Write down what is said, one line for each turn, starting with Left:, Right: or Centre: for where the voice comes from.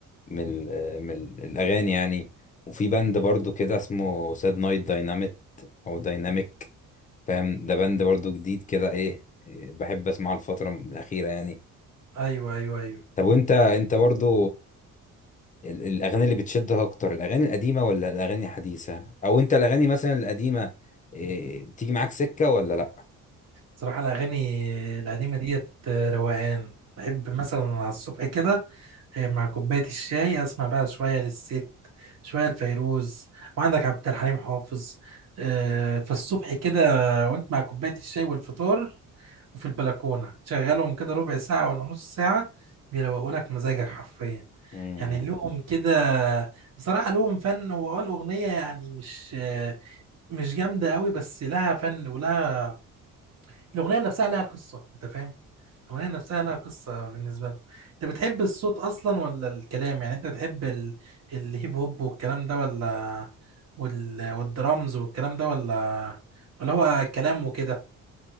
Left: من ال- من ال- الاغاني يعني وفي باند برضو كده اسمه ساد نايت دايناميت او دايناميك فاهم ده باند برضو جديد كده ايه إيه، بحب اسمعه الفتره الاخيره يعني
Right: ايوه ايوه ايوه
Left: طب وانت انت برضو ال- الاغاني اللي بتشدك اكتر الاغاني القديمه ولا الاغاني الحديثه او انت الاغاني مثلا القديمه إيه، تيجي معاك سكه ولا لا
Right: صراحة الاغاني القديمة ديت آه، روقان بحب مثلا على الصبح كده آه، مع كوباية الشاي اسمع بقى شوية للست شوية لفيروز وعندك عبد الحليم حافظ آه، فالصبح كده وانت مع كوباية الشاي والفطار وفي البلكونة شغلهم كده ربع ساعة ولا نص ساعة بيروقوا لك مزاجك حرفيا
Left: امم
Right: يعني لهم كده بصراحة لهم فن هو اه الأغنية يعني مش مش جامدة قوي بس لها فن ولها الأغنية نفسها لها قصة أنت فاهم؟ الأغنية نفسها لها قصة بالنسبة لهم أنت بتحب الصوت أصلا ولا الكلام؟ يعني أنت بتحب ال... الهيب هوب والكلام ده ولا وال... والدرامز والكلام ده ولا ولا هو كلام وكده؟